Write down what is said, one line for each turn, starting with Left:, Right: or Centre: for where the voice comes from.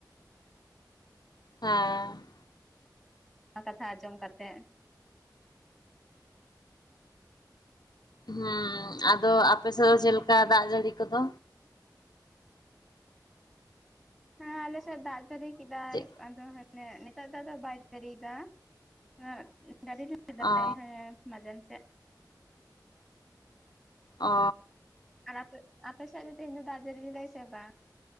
Left: ᱦᱮᱸ
Centre: ᱚᱱᱟ ᱠᱟᱛᱷᱟ ᱟᱸᱡᱚᱢ ᱠᱟᱛᱮᱜ
Left: ᱦᱮᱸ ᱟᱫᱚ ᱟᱯᱮᱥᱮᱫ ᱫᱚ ᱪᱮᱫ ᱞᱮᱠᱟ ᱫᱟᱜᱽ ᱡᱟᱹᱲᱤ ᱠᱚᱫᱚ?
Centre: ᱦᱮᱸ ᱟᱞᱮᱥᱮᱫ ᱫᱟᱜᱽ ᱡᱟᱲᱤ ᱠᱮᱫᱟᱭ
Left: ᱪᱮᱫ
Centre: ᱟᱫᱚ ᱦᱮᱸ ᱢᱟᱱᱮ ᱱᱮᱛᱟᱨ ᱫᱚ ᱟᱫᱚ ᱵᱟᱭ ᱡᱟᱨᱤᱭᱮᱫᱟ <unintelligible> <unintelligible> ᱥᱮᱫᱟᱭ
Left: ᱚ
Centre: ᱦᱮᱸ ᱢᱟᱡᱮᱱ ᱥᱮᱫ ᱾
Left: ᱚ ᱾
Centre: ᱟᱨ ᱟᱯᱮ, ᱟᱯᱮ ᱥᱮᱫ ᱫᱚ ᱛᱮᱦᱮᱧ ᱫᱟᱜ ᱡᱟᱨᱤ ᱞᱮᱫᱟᱭ ᱥᱮ ᱵᱟᱝ?